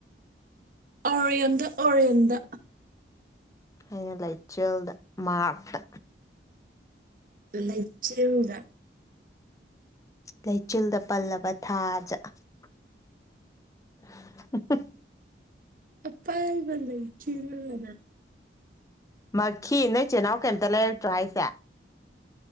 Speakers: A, on the right; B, on the left.
A: ꯑꯣꯔꯤꯌꯝꯗ ꯑꯣꯔꯤꯌꯝꯗ
B: ꯑꯩꯅ ꯂꯥꯏꯆꯦꯜꯗ ꯃꯥꯇ
A: ꯂꯩꯥ ꯆꯤꯜꯅ
B: ꯂꯩꯆꯤꯜꯗ ꯄꯜꯂꯕ ꯊꯥꯖ <unintelligible> <unintelligible>
A: ꯑꯄꯥꯕ ꯂꯩ ꯆꯤꯅ
B: ꯃꯈꯈꯤ ꯅꯣꯏ ꯆꯤꯜꯍꯅꯥꯎ ꯀꯩꯝꯇ ꯂꯩꯔꯛꯇ꯭ꯔꯥꯏ <unintelligible>